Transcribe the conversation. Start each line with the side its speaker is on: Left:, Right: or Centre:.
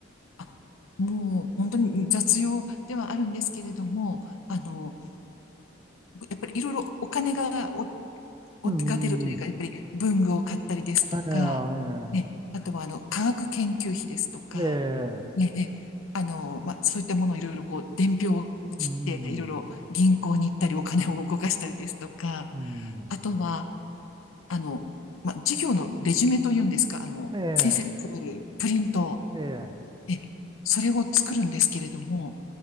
Left: あもう本当に雑用ではあるんですけれども、あの、やっぱりいろいろお金がお
Right: うん。
Left: をが出るというか、やっぱり文具を買ったりですとか、
Right: え
Left: ね、あとはあの科学研究費ですとか、
Right: えええ
Left: ね、えあの、まあ、そういったものをいろいろこう、伝票を切って、
Right: うん、
Left: いろいろ銀行に行ったり、お金を動かしたりですとか、
Right: うん、
Left: あとは、あの、まあ、授業のレジュメというんですか、あの、
Right: ええ
Left: 先生が配るプリント、
Right: ええ
Left: え、それを作るんですけれども、